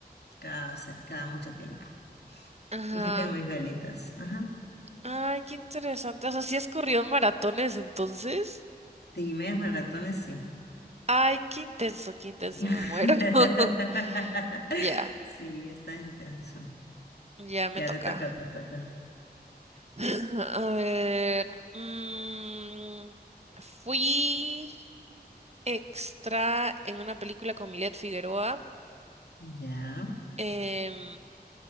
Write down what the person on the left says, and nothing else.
cada, se- cada mucho tiempo.
Y sí tengo mis velitas. Ajá.
Sí, medias maratones, sí.
<laughs>
Sí, está intenso.
Ya
te toca, te toca.
Ya,